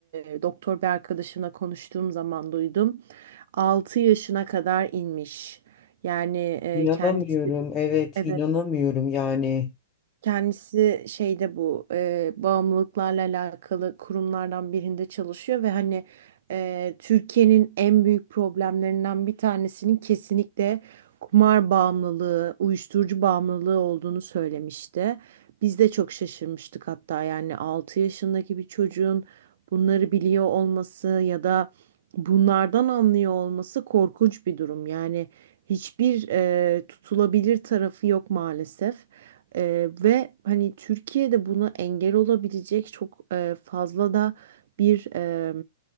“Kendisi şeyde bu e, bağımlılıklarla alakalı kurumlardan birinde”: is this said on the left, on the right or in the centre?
Right